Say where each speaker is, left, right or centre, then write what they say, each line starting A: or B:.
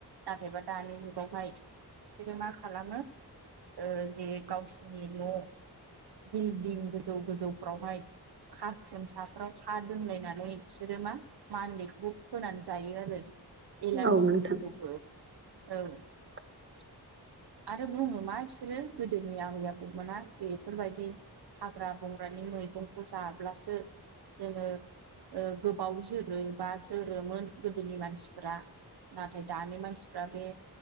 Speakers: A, on the right; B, on the right.
A: नाथायबा दानि जुगावहाय बिसोरो मा खालामो ओ जे गावसिनि‌ न' बिलदिं गोजौ गोजौफ्रावहाय कारटुन साफ्राव हा दोनलायनानै बिसोरो मा मानदेखौबो होनानै जायो आरो। एलानसिखौबो
B: औ नोंथां
A: औ।
B: <inaudible>
A: आरो बुङो मा बिसोरो गोदोनि आबै आबौमोना बेफोरबायदि हाग्रा बंग्रानि मैगंखौ जाब्लासो जोङो ओ गोबाव जोर रोबा जोरोमोन गोदोनि मानसिफ्रा नाथाय दानि मानसिफ्रा बे